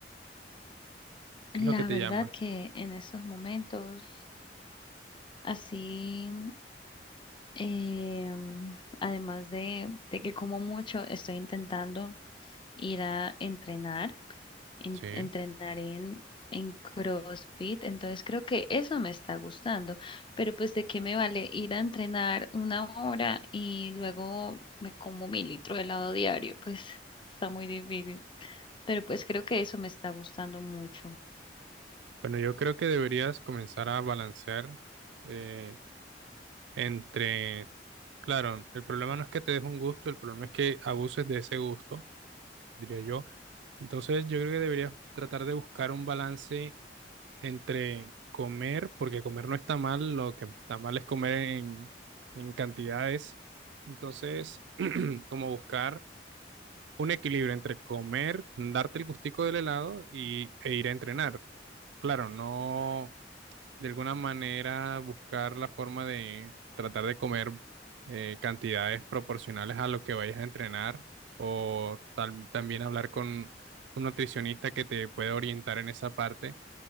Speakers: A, on the right (about 80°); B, on the left (about 30°).
A: ¿Qué
B: La
A: es lo que te
B: verdad
A: llama?
B: que en estos momentos, así. Em, además de, de que como mucho, estoy intentando ir a entrenar, en-
A: Sí.
B: entrenar en, en CrossFit, entonces creo que eso me está gustando, pero pues de qué me vale ir a entrenar una hora y luego me como mi litro de helado diario, pues está muy difícil, pero pues creo que eso me está gustando mucho.
A: Bueno, yo creo que deberías comenzar a balancear eh, entre, claro, el problema no es que te des un gusto, el problema es que abuses de ese gusto, diría yo Entonces, yo creo que deberías tratar de buscar un balance entre comer, porque comer no está mal, lo que está mal es comer en, en cantidades. Entonces, <clears throat> como buscar un equilibrio entre comer, darte el gustico del helado y, e ir a entrenar. Claro, no de alguna manera buscar la forma de tratar de comer eh, cantidades proporcionales a lo que vayas a entrenar o tal- también hablar con un nutricionista que te pueda orientar en esa parte